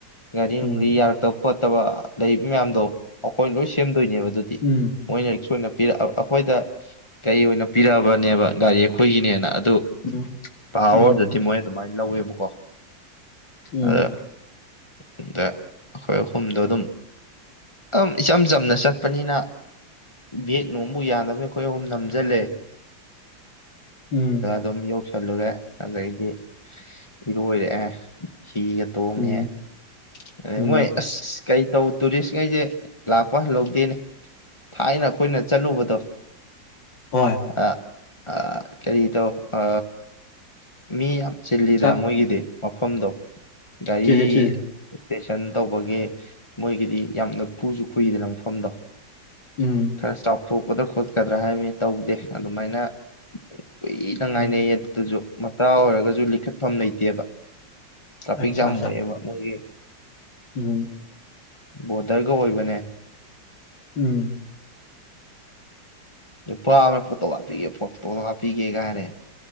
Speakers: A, on the left; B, on the left.
A: ꯒꯥꯔꯤꯔꯤ
B: ꯎꯝ
A: ꯌꯥꯔ ꯇ ꯈꯣꯠꯇꯕ ꯂꯩꯕ ꯃꯌꯥꯝꯗꯣ ꯑꯩꯈꯣꯏ ꯂꯣꯏ ꯁꯦꯝ ꯣꯏꯅꯦꯕ ꯑꯗꯨꯗꯤ
B: ꯎꯝ
A: ꯃꯣꯏꯅ ꯁꯣꯏꯅ ꯑꯩꯈꯣꯏꯗ ꯀꯩ ꯑꯣꯏꯅ ꯄꯤꯔꯛꯑꯕꯅꯦꯕ ꯒꯥꯔꯤ ꯑꯩꯈꯣꯏꯒꯤꯅꯦꯅ ꯑꯗꯨ
B: ꯎꯝ
A: ꯄꯋꯥꯔ
B: ꯎꯝ
A: ꯃꯣꯏ ꯑꯗꯨꯃꯥꯏꯅ ꯂꯧꯋꯦꯕꯀꯣ
B: ꯎꯝ
A: ꯑꯗ ꯏ ꯑꯩꯈꯣꯏ ꯑꯍꯨꯝꯗꯣ ꯑꯗꯨꯝ ꯑꯗꯨꯝ ꯏꯆꯝ ꯆꯝꯅ ꯆꯠꯄꯅꯤꯅ ꯕꯦꯛ ꯅꯨꯡꯕꯨ ꯌꯥꯅꯕꯅꯤ ꯑꯩꯈꯣꯏ ꯑꯍꯨꯝ ꯅꯝꯁꯤꯜꯂꯦ
B: ꯎꯝ
A: ꯗꯝ ꯌꯧ ꯆꯂꯨꯔ ꯑ ꯁꯤꯤꯔꯣ ꯑꯣꯏꯔꯛꯑꯦ ꯁꯤꯤꯒꯦ ꯇꯣꯡꯉꯦ
B: ꯎꯝ
A: ꯑꯦ
B: ꯎꯝ
A: ꯃꯣꯏ ꯑꯁ ꯀꯩ ꯇꯧ ꯇꯨꯔꯤꯁ ꯉꯩꯁꯦ ꯂꯥꯛꯄ ꯂꯧꯗꯦꯅꯦ ꯊꯥꯏꯅ ꯑꯩꯈꯣꯏꯅ ꯆꯠꯂꯨꯕꯗꯣ
B: ꯍꯣꯏ
A: ꯑ ꯑ ꯀꯔꯤ ꯇꯣ ꯑ ꯃꯤ ꯌꯥꯝ ꯆꯤꯜꯂꯤꯗ꯭ꯔꯥ
B: ꯆꯥꯛ
A: ꯃꯣꯏꯒꯤꯗꯤ ꯃꯐꯝꯗꯣ ꯒꯥꯔꯤ
B: ꯆꯤꯜꯂꯤ ꯆꯤꯜꯂꯤ
A: ꯏꯁꯇꯦꯁꯟ ꯇꯧꯕꯒꯤ ꯃꯣꯏꯒꯤꯗꯤ ꯌꯥꯝꯅ ꯈꯨꯁꯨ ꯈꯨꯨꯏꯗꯅ ꯃꯐꯝꯗꯣ
B: ꯎꯝ
A: ꯈꯔꯦ ꯁ ꯇꯥꯎ ꯊꯣꯛꯀꯗ꯭ꯔꯥ ꯈꯣꯠꯀꯗ꯭ꯔꯥ ꯍꯥꯏꯕꯅꯤ ꯇꯧꯗꯦ ꯑꯗꯨꯃꯥꯏꯅ ꯀꯨꯏꯅ ꯉꯥꯏꯅꯩꯌꯦ
B: ꯎꯝ
A: ꯑꯗꯨꯗꯨꯁꯨ ꯃꯇꯥ ꯑꯣꯏꯔꯒꯁꯨ ꯂꯤꯈꯠꯐꯝ ꯂꯩꯇꯦꯕ ꯇ꯭ꯔꯥꯐꯛ
B: ꯑꯠꯆꯥ
A: ꯝ
B: ꯑꯠꯆꯥ
A: ꯑꯣꯏꯕ ꯃꯣꯏ
B: ꯎꯝ
A: ꯕꯣꯔꯗꯔꯒ ꯑꯣꯏꯕꯅꯦ
B: ꯎꯝ
A: ꯅꯨꯄꯥ ꯐꯣꯇꯣ ꯀꯥꯞꯄꯤꯤꯒꯦ ꯐꯣꯇꯣ ꯀꯥꯞꯄꯤꯒꯦ ꯀꯥꯏꯔꯦ